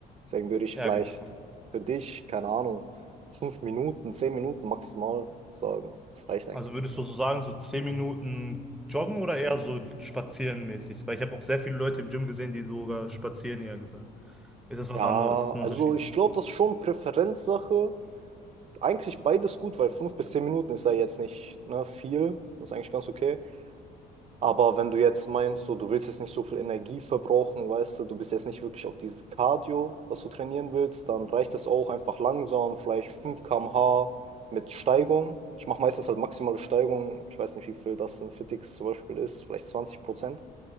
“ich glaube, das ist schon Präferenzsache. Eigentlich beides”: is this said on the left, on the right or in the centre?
Right